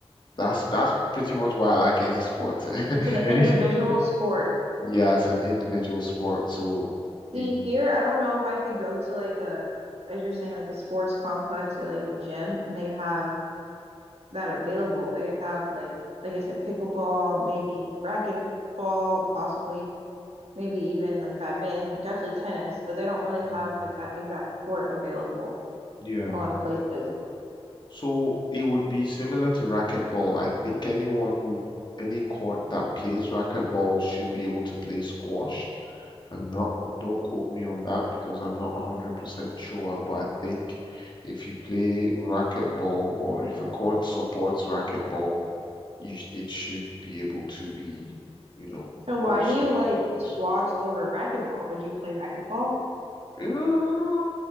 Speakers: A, on the left (about 45°); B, on the right (about 70°).
A: That's that's pretty much why I like any sport.
B: It's
A: <laughs>
B: an individual
A: Any
B: sport.
A: yeah, it's an individual sport. So y-
B: See, here, I don't know if I could go to like a, as you're saying, like a sports complex or like a gym, and they have that available. They have like, like I said, pickleball, maybe racquetball, possibly, maybe even like badminton, definitely tennis, but they don't really
A: mm,
B: have like that exact court available
A: yeah.
B: a lot of places.
A: So it would be similar to racquetball. I think anyone who any court that plays racquetball should be able to play squash. I'm not, don't quote me on that because I'm not 100% sure, but I think if you play racquetball or if a court supports racquetball, you, sh- it should be able to be, you know,
B: So why
A: also
B: do you like
A: used
B: squash
A: as.
B: over racquetball? Would you play racquetball?
A: Yeah,